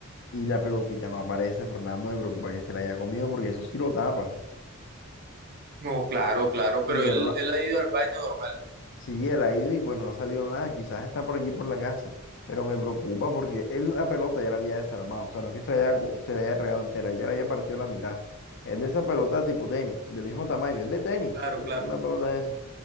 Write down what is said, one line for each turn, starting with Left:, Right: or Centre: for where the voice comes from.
Left: y la pelotica no aparece, Fernando, me preocupa que se la haya comido porque eso sí lo tapa.
Right: No, claro, claro, pero
Left: Y no
Right: él,
Left: era una
Right: él ha ido al baño normal,
Left: Sí, él ha ido y pues no le ha salido nada. Quizás está por aquí por la casa, pero me preocupa porque él la pelota ya la había desarmado. O sea, no es que se la haya, co- se la haya regado entera, él ya la había partido a la mitad. Es de esa pelota tipo tenis, del mismo tamaño, es de tenis,
Right: claro,
Left: es
Right: claro.
Left: una pelota de esa.